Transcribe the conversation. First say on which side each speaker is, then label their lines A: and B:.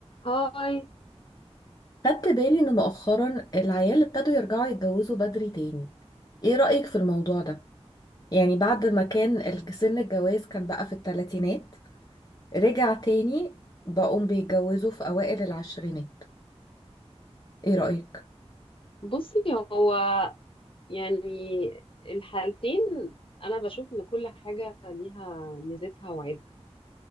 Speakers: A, on the left; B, on the left.
A: هاي
B: خدت بالي ان مؤخرا العيال ابتدوا يرجعوا يتجوزوا بدري تاني ايه رأيك في الموضوع ده يعني بعد ما كان الج- سن الجواز كان بقى في الثلاثينات رجع تاني بقوم بيتجوزوا في اوائل العشرينات ايه رأيك
A: بصي هو يعني الحالتين انا بشوف ان كل حاجة ليها ميزتها وعيبها